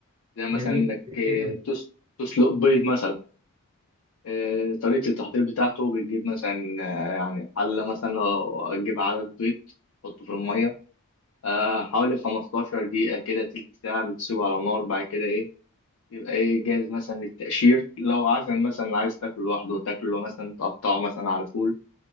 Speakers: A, on the left; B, on the right.
A: زي مثلا
B: جميل
A: انك آه،
B: إيه ده؟
A: تس- تسلق بيض مثلا آه، طريقه التحضير بتاعته بتجيب مثلا آه، يعني حله مثلا لو هتجيب عدد بيض تحطه في الميه آه حوالي 15 دقيقة كده تلت ساعة بتسيبه على النار بعد كده إيه يبقى إيه جاهز مثلا للتقشير لو عازم مثلا عايز تاكله لوحده تاكله مثلا تقطعه مثلا على فول